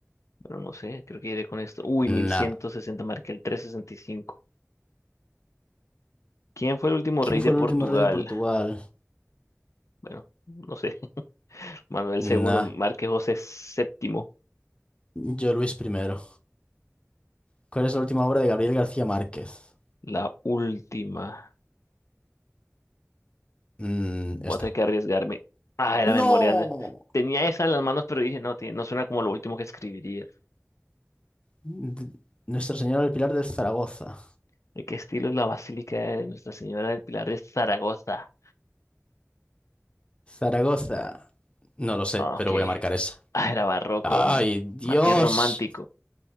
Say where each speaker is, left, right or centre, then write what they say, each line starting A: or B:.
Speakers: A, on the left; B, on the left.
A: Pero no sé, creo que iré con esto. Uy,
B: Nah.
A: mil ciento sesenta marqué el trescientos sesenta y cinco ¿Quién fue el último
B: ¿Quién
A: rey
B: fue
A: de Portugal?
B: el último rey de Portugal?
A: Bueno, no sé. <laughs> Manuel
B: Nah.
A: segundo marqué José séptimo
B: Yo Luis primero. ¿Cuál es la última obra de Gabriel García Márquez?
A: la última.
B: Mm,
A: Voy
B: esta.
A: a tener que arriesgarme. Ah, era memoria.
B: ¡No!
A: de- Tenía esa en las manos, pero dije, no, tiene- no suena como lo último que escribiría.
B: D- Nuestra Señora del Pilar de Zaragoza.
A: ¿De qué estilo es la Basílica de Nuestra Señora del Pilar de Zaragoza?
B: Zaragoza. No lo sé,
A: Ah,
B: pero
A: Ok.
B: voy a marcar esa.
A: Ah, era barroco.
B: ¡Ay,
A: mm,
B: Dios!
A: Marqués romántico.